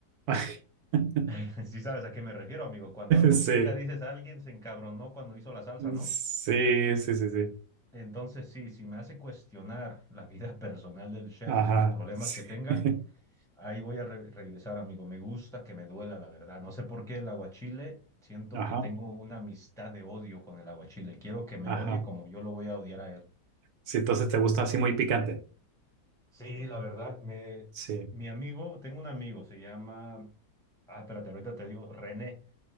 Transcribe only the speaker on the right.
<laughs>
Sí,
sí, sí, sí, sí.
Ajá.
Sí.
<laughs>
Ajá,
ajá.
Sí, entonces te gusta así muy picante.
Sí,